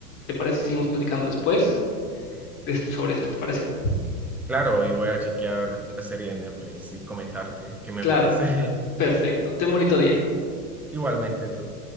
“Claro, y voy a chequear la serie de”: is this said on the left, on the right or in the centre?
Centre